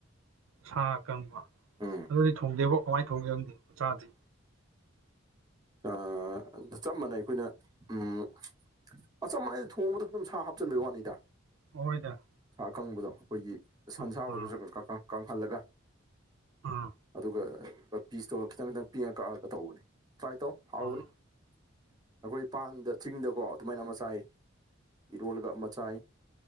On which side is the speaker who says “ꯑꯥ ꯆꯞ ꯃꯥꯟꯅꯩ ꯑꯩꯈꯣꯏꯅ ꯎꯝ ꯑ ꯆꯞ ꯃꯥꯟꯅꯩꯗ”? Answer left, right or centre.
Right